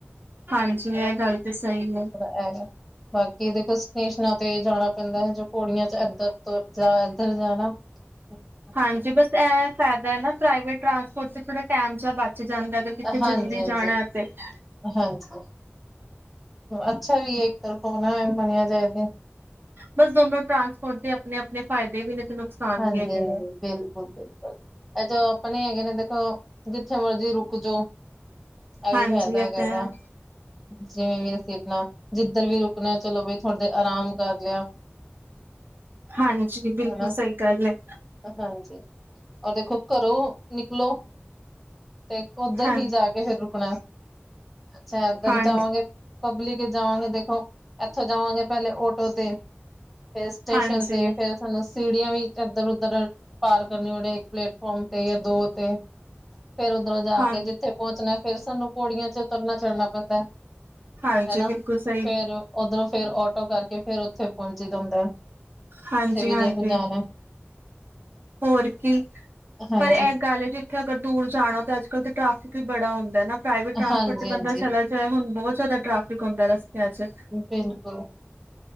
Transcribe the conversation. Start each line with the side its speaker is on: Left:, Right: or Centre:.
Right: ਹਾਂਜੀ
Centre: ਹਨਾ
Right: ਇਹ ਗੱਲ ਤੇ ਸਹੀ ਹੈ।
Centre: ਥੋੜਾ ਹੈਗਾ। ਬਾਕੀ ਦੇਖੋ ਸਟੇਸ਼ਨਾਂ ਤੇ ਜਾਣਾ ਪੈਂਦੈ ਹੈ ਜੋ ਪੋੜੀਆਂ ਚ ਇਧਰ ਤੋਂ ਜਾ ਇੱਧਰ ਜਾ ਨਾ। ਹਮ।
Right: ਹਾਂਜੀ ਬਸ ਇਹ ਫਾਇਦਾ ਹੈ ਨਾ ਪ੍ਰਾਈਵੇਟ ਟਰਾਂਸਪੋਰਟ ਚ ਥੋੜ੍ਹਾ ਟਾਈਮ ਜਾਹਾ ਬਚ ਜਾਂਦਾ ਹੈ, ਅਗਰ ਕਿੱਥੇ
Centre: ਹਾਂਜੀ
Right: ਜ਼ਰੂਰੀ
Centre: ਹਾਂਜੀ
Right: ਜਾਣਾ ਏ ਫ <unintelligible> <inaudible>
Centre: ਹਾਂਜੀ। ਅੱਛਾ ਵੀ ਇਹ ਇੱਕ ਤਰਫੋਂ ਹੋਣਾ ਮੰਨਿਆ ਜਾਏ ਤੇ।
Right: ਬਸ ਦੋਨੋ ਟਰਾਂਸਪੋਰਟ ਦੇ ਆਪਣੇ-ਆਪਣੇ ਫਾਇਦੇ ਵੀ ਨੇ। ਤੇ ਨੁਕਸਾਨ
Centre: ਹਾਂਜੀ-ਹਾਂਜੀ,
Right: ਵੀ ਹੈਗੇ ਨੇ
Centre: ਬਿਲਕੁਲ-ਬਿਲਕੁਲ। ਇਹ ਜੋ ਆਪਾਂਣੇ ਹੈਗੇ ਨੇ ਦੇਖੋ ਜਿੱਥੇ ਮਰਜ਼ੀ ਰੁਕ ਜਾਓ। ਐ
Right: ਹਾਂਜੀ
Centre: ਵੀ ਫਾਇਦਾ
Right: ਇਹ
Centre: ਹੈਗਾ
Right: ਤਾਂ
Centre: ਇਹਦਾ।
Right: ਹੈ
Centre: ਜਿਵੇਂ ਵੀ ਅਸੀਂ ਆਪਣਾ ਜਿੱਧਰ ਵੀ ਰੁਕਣਾ ਚਲੋ ਬਈ ਥੋੜ੍ਹੀ ਦੇਰ ਆਰਾਮ ਕਰ ਲਿਆ।
Right: ਹਾਂਜੀ ਬਿਲਕੁਲ
Centre: ਹਨਾ
Right: ਸਹੀ ਗੱਲ ਹੈ।
Centre: ਹਾਂਜੀ ਔਰ ਦੇਖੋ ਘਰੋਂ ਨਿਕਲੋ ਤੇ ਉਧਰ
Right: ਹਾਂ
Centre: ਹੀ ਜਾ ਕੇ ਫਿਰ ਰੁਕਣਾ ਅੱਛਾ ਇਧਰ
Right: ਹਾਂ
Centre: ਜਾਵਾਂਗੇ। ਪਬਲਿਕ ਵਿੱਚ ਜਾਵਾਂਗੇ ਦੇਖੋ ਇੱਥੋਂ ਜਾਵਾਂਗੇ ਪਹਿਲੇ ਆਟੋ ਤੇ। ਫਿਰ ਸਟੇਸ਼ਨ
Right: ਹਾਂਜੀ
Centre: ਤੇ ਫਿਰ ਸਾਨੂੰ ਸੀੜੀਆਂ ਵੀ ਇੱਧਰ ਉਧਰ ਪਾਰ ਕਰਨ ਪੈਂਦੀ, ਇੱਕ ਪਲੇੈਟਫੋਮ ਤੇ ਜਾਂ ਦੋ ਤੇ। ਫੇਰ ਉਧਰੋਂ ਜਾ
Right: ਹਾਂ
Centre: ਕੇ ਜਿੱਥੇ ਪਹੁੰਚਣਾ ਏ, ਫੇਰ ਸਾਨੂੰ ਪੋੜੀਆਂ ਚ ਉਤਰਨਾ-ਚੜ੍ਹਨਾ ਪੈਂਦਾਏ।
Right: ਹਾਂਜੀ
Centre: ਹਨਾ
Right: ਬਿਲਕੁਲ
Centre: ਫੇਰ
Right: ਸਹੀ
Centre: ਉਧਰੋਂ ਫੇਰ ਆਟੋ ਕਰਕੇ ਫੇਰ ਉਥੇ ਪਹੁੰਚੀਦਾ ਹੁੰਦਾਂ ਹੈ।
Right: ਹਾਂਜੀ।
Centre: ਵਿਜੇ
Right: ਹਾਂਜੀ
Centre: ਕੋਲ ਜਾਣਾ।
Right: ਹੋਰ ਕੀ
Centre: ਹਾਂਜੀ
Right: ਪਰ ਇਹ ਗੱਲ ਜੇ ਉੱਥੇ ਅਗਰ ਦੂਰ ਜਾਣਾ ਤਾਂ ਅੱਜ-ਕੱਲ੍ਹ ਟ੍ਰੈਫਿਕ ਵੀ ਬੜਾ ਹੁੰਦਾ ਨਾ। ਪ੍ਰਾਈਵੇਟ ਟਰਾਂਸਪੋਰਟ
Centre: ਹਾਂਜੀ
Right: ਤੇ ਬੰਦਾ
Centre: ਹਾਂਜੀ
Right: ਚਲਾ ਜਾਏ, ਹੁਣ ਬਹੁਤ ਜ਼ਿਆਦਾ ਟ੍ਰੈਫਿਕ ਹੁੰਦਾ ਰਸਤਿਆਂ ਚ।
Centre: ਬਿਲਕੁਲ